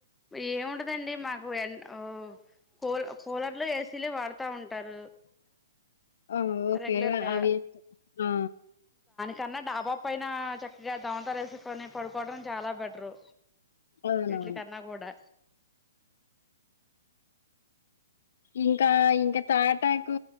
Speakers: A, in the centre; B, on the left (about 60°).
A: ఏముంటదండి మాకు ఎన్ కూ కూలర్లు ఎ సిలే వాడతా ఉంటారు
B: ఆ ఓకే
A: రెగ్యులర్ గా
B: అవి ఆ
A: కన్నా డాబా పైన చక్కగా దమతరా వేసుకోని పడుకోవడం చాలా బెటరు
B: అవునవును
A: వీట్లి కన్నా కూడా
B: ఇంకా ఇంకా తాటాకు